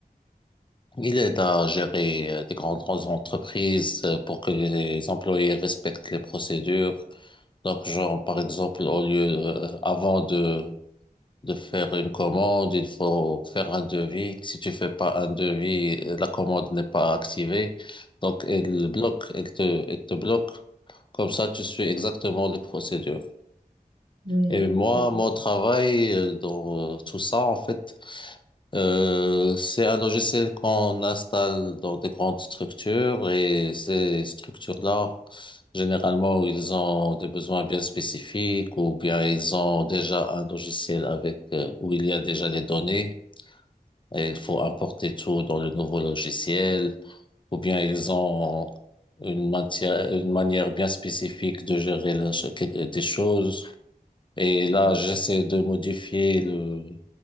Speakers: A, on the left (about 30°); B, on the right (about 75°).
A: il aide à gérer euh, des grandes entreprises euh, pour que les employés respectent les procédures. Donc, genre, par exemple, au lieu, euh, avant de de faire une commande, il faut faire un devis. Si tu fais pas un devis, euh, la commande n'est pas activée. Donc, elle bloque, elle te, elle te bloque. Comme ça, tu suis exactement les procédures.
B: Oui,
A: Et moi,
B: j'ai compris.
A: mon travail euh, dans euh, tout ça, en fait, euh, c'est un logiciel qu'on installe dans des grandes structures et ces structures-là, généralement, ils ont des besoins bien spécifiques ou bien ils ont déjà un logiciel avec euh, où il y a déjà les données et il faut importer tout dans le nouveau logiciel ou bien ils ont une matière, une manière bien spécifique de gérer la- des choses. Et là,
B: Oui.
A: j'essaie de modifier le,